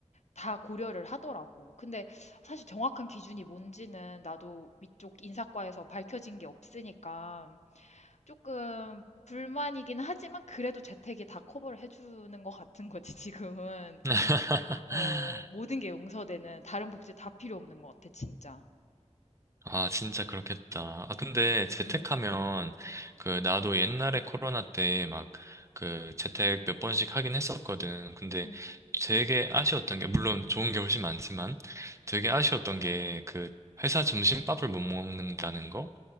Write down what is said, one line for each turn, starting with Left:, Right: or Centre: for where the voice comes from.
Left: 다 고려를 하더라고. 근데 사실 정확한 기준이 뭔지는 나도 위쪽 인사과에서 밝혀진 게 없으니까 조금 불만이긴 하지만 그래도 재택이 다 커버를 해주는 것 같은 거지, 지금은.
Right: <laughs>
Left: 어, 모든 게 용서되는 다른 복지 다 필요 없는 것 같아, 진짜.
Right: 아, 진짜 그렇겠다. 아, 근데 재택하면,
Left: 음,
Right: 그, 나도 옛날에 코로나 때 막, 그, 재택 몇 번씩 하긴 했었거든. 근데
Left: 음.
Right: 되게 아쉬웠던 게, 물론 좋은 게 훨씬 많지만, 되게 아쉬웠던 게, 그, 회사 점심밥을 못 먹는다는 거?